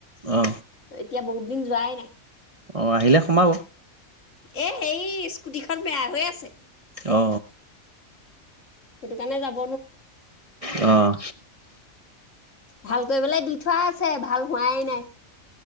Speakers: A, on the right; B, on the left.
A: অ
B: এতিয়া বহুত দিন যোৱাই নাই।
A: অ আহিলে সোমাব
B: এ সেই স্কুটিখন বেয়া হৈ আছে।
A: অ
B: সেইটো কাৰণে যাম।
A: অ
B: ভাল কৰিবলৈ দি থোৱা আছে ভাল হোৱাই নাই।